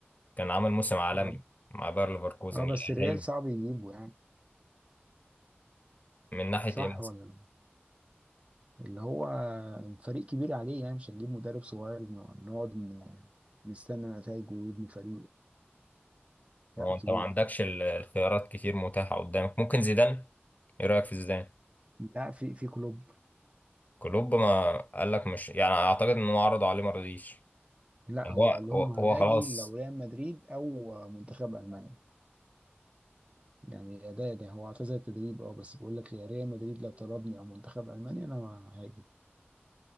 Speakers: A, on the left; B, on the right.
A: كان عامل موسم عالمي
B: اه
A: مع باير ليفركوزن
B: آه، بس
A: يأهله
B: الريال صعب يجيبه يعني
A: من ناحيه
B: صح
A: ايه
B: ولا لا؟ اللي هو فريق كبير عليه يعني مش هنجيب مدرب صغير ن- نقعد ن- نستنى نتائجه ويبني فريق لا
A: هو
B: كبير
A: انت ما عندكش ال- الخيارات كتير متاحة قدامك ممكن زيدان ايه رأيك في زيدان
B: لا في في كلوب
A: كلوب ما قال لك مش يعني اعتقد انه عرض عليه ما رضيش
B: لا
A: يعني
B: هو
A: هو
B: قال لهم
A: هو هو
B: هاجي
A: خلاص
B: لو ريال مدريد او منتخب المانيا يعني ده ده هو اعتزل التدريب اه بس بيقول لك يا ريال مدريد لو طلبني او منتخب المانيا انا ما هاجي